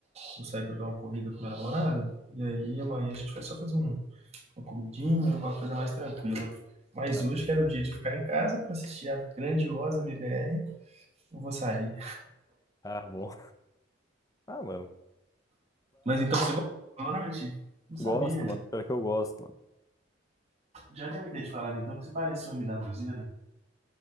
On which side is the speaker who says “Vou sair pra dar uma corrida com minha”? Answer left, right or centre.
Right